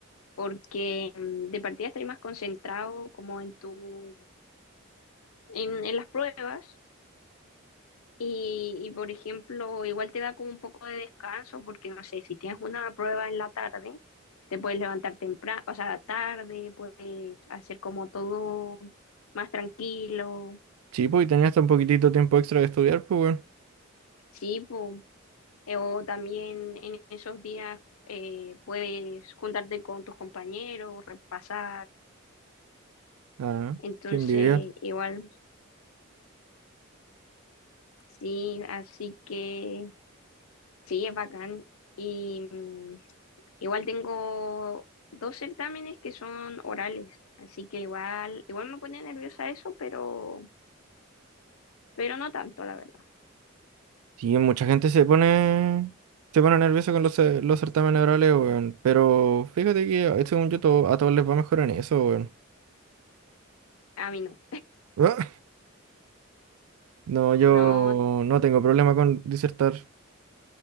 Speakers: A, on the left; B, on the right.
A: porque mm, de partida estoy más concentrado como en tu, en, en las pruebas y, y por ejemplo igual te da como un poco de descanso, porque no sé, si tienes una prueba en la tarde, te puedes levantar temprano, o sea, tarde, puedes hacer como todo más tranquilo
B: Sí, pues y tenía hasta un poquitito tiempo extra de estudiar, pues weón.
A: Sí, pu. Eh, O también en esos días eh, puedes juntarte con tus compañeros, repasar.
B: Ah,
A: Entonces,
B: qué envidia.
A: igual, sí, así que sí, es bacán. Y mm, igual tengo dos certámenes que son orales, así que igual, igual me pone nerviosa eso, pero, pero no tanto, la verdad.
B: Sí, mucha gente se pone, se pone nerviosa con los, cer- los certámenes orales, weón. Pero fíjate que eh, según yo todo, a todos les va mejor en eso, weón.
A: A mí no.
B: <laughs> Ah, No, yo
A: No,
B: no tengo problema con disertar.